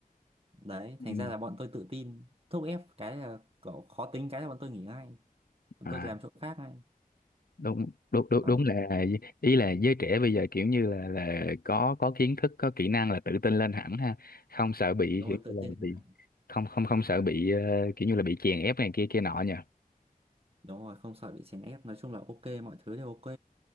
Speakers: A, on the right; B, on the left.
A: đấy
B: ừ.
A: thành ra là bọn tôi tự tin thúc ép cái là kiểu khó tính cái là bọn tôi nghỉ ngay bọn
B: à
A: tôi làm chỗ khác ngay
B: đúng đúng đúng
A: đó
B: đúng là ý là giới trẻ bây giờ kiểu như là là có có kiến thức có kỹ năng là tự tin lên hẳn ha không sợ bị
A: đúng
B: kiểu
A: rồi tự
B: như
A: tin
B: là bị
A: là-
B: không không không sợ bị ờ, kiểu như là bị chèn ép này kia kia nọ nhỉ
A: đúng rồi không sợ bị chèn ép nói chung là ok mọi thứ đều ok